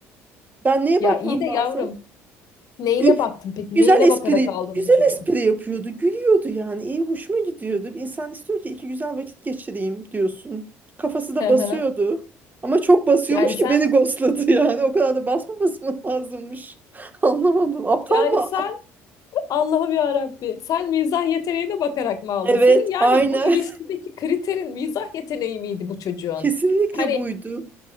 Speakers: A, on the right (about 25°); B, on the left (about 55°).
A: ben neye
B: Ya
A: bakmam
B: iyi de
A: lazım?
B: yavrum neyine
A: Gü-
B: baktın peki?
A: güzel
B: Neyine
A: espri
B: bakarak aldın
A: güzel
B: bu çocuğu?
A: espri yapıyordu gülüyordu yani iyi hoşuma gidiyordu. İnsan istiyor ki iki güzel vakit geçireyim diyorsun kafası da
B: Hı
A: basıyordu
B: hı.
A: ama çok basıyormuş
B: Yani sen
A: ki beni ghostladı yani o kadar da basmaması mı lazımmış. <laughs> Anlamadım. Aptal
B: yani
A: mı
B: sen Allah'ım ya Rabbi. Sen mizah yeteneğine bakarak mı aldın?
A: Evet,
B: Senin yani
A: aynı.
B: bu ilişkideki kriterin mizah yeteneği miydi bu çocuğun?
A: <laughs> Kesinlikle
B: Yani
A: buydu.